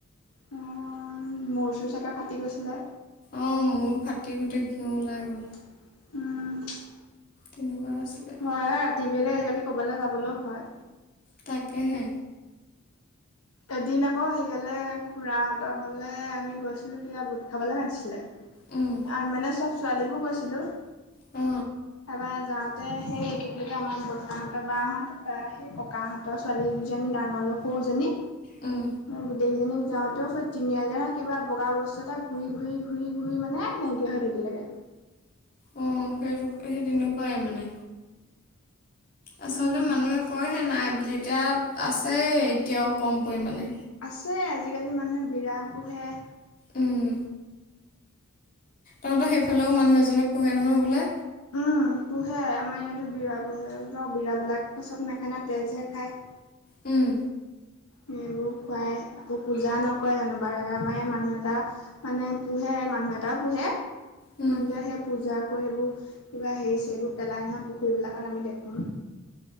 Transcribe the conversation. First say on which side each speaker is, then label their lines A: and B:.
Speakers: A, on the left; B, on the left.
A: <unintelligible> মোৰ চোৰ চাগে ফাটি গৈছিলে?
B: অ, মোৰ ফাটি গোটেই ঘিউ ওলাই গ'ল।
A: উম।
B: তেনেকুৱা আছিলে।
A: হয় হা। <unintelligible> আজিকালি ক'বালে যাবলও ভয়।
B: তাকেহে।
A: এদিন আকৌ সেইয়লে খুৰাহঁতৰ ঘলে আমি গৈছিলোঁ। <unintelligible> বুট খাবলে মাতিছিলে।
B: উম।
A: মানে চব ছোৱালীবোৰ গৈছিলোঁ।
B: অ।
A: তাপা যাওঁতে সেই কি বুলি আমাৰ বৰ্তাহঁতৰ বাহঁত বা সেই ককা ত ছোৱালীকিজনী ডাঙৰ সৰুজনী
B: উম।
A: গোটেইকেইজনীক যাওঁতেও সেই তিনিআলি না কিবা বগা বস্তু এটা ঘূৰি ঘূৰি ঘূৰি ঘূৰি মানে <unintelligible> থাকিলেগে।
B: অ, সে সেই তেনেকুৱাই মানে। আচলতে
A: উম
B: মানুহে কয়হে নাই বুলি, এতিয়া আছেই এতিয়াও কম পৰিমাণে।
A: আছে, আজিকালি মানুহে বিৰা পোহে।
B: উম। তহঁতৰ সেইফালেও মানুহ এজনে পোহে নহয় বোলে?
A: উম, পোহে। আমাৰ ইয়াতো বিৰা পোহে। বিৰাবিলাক চব নাখায় না, তেজহে খায়। <inaudible>
B: উম।
A: সেইবোৰ খুৱাই আকৌ পূজা নকৰে জানো বাৰে বাৰে। আমাৰ ইয়াত মানুহ এটা মানে পোহে, মানুহ এটাও পোহে।
B: উম,
A: মানু্টোৱে সেই পূজা কৰি এইবোৰ কিবা হেৰি ছেই বোৰ পেলাই নহয় পুখুৰীবিলাকত আমি দেখোঁ।